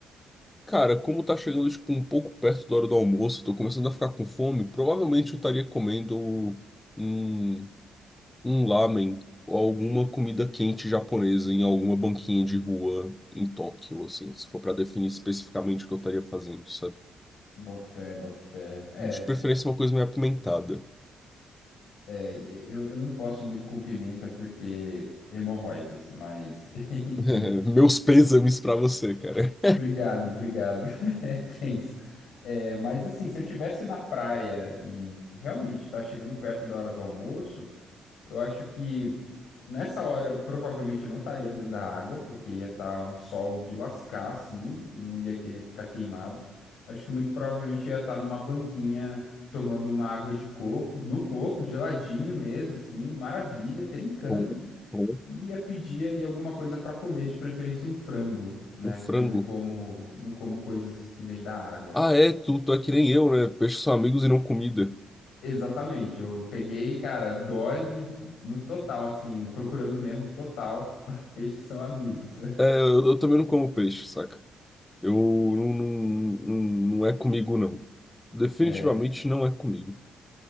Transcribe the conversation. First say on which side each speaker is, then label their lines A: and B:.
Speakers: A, on the left; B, on the left.
A: cara, como tá chegando tipo um pouco perto da hora do almoço, tô começando a ficar com fome, provavelmente eu estaria comendo um, um lamen ou alguma comida quente japonesa em alguma banquinha de rua em Tóquio, assim, se for para definir especificamente o que eu estaria fazendo, sabe?
B: Boto fé, boto fé. É,
A: De
B: s-
A: preferência uma coisa meio apimentada.
B: é eu, eu não posso muito com pimenta porque hemorroidas, mas <laughs> enfim.
A: <laughs> Meus pêsames para você, cara.
B: Obrigado, obrigado. <laughs> É tenso. É, mas assim, se eu tivesse na praia e realmente tá chegando perto da hora do almoço. Eu acho que nessa hora provavelmente eu não estaria dentro da água, porque ia estar um sol de lascar, assim, eu não ia querer ficar queimado. Acho que muito provavelmente eu ia estar numa banquinha tomando uma água de coco, no coco, geladinho mesmo, assim, maravilha, trincando,
A: <laughs> Bom, bom.
B: e ia pedir aí alguma coisa para comer, de preferência um frango, né?
A: Um frango.
B: Porque eu não como, não como coisas que vêm da água.
A: Ah, é, tu, tu é que nem eu, né? Peixes são amigos e não comida.
B: Exatamente, eu peguei, cara, Dolly no total, assim, procurando Nemo total. <laughs> Peixes são amigos.
A: É, eu, eu também não como peixe, saca? Eu não, não, não, não é comigo, não. Definitivamente
B: É,
A: não é comigo.